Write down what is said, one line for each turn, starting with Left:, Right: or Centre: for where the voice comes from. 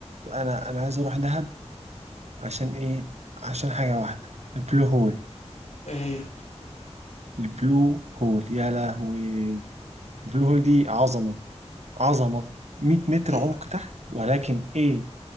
Right: أنا أنا عايز أروح دهب عشان إيه عشان حاجة واحدة البلو هول
Left: ايه هي
Right: البلو هول يا لهوي البلو هول دي عظمة عظمة 100 متر
Left: إيه؟
Right: عمق تحت ولكن ايه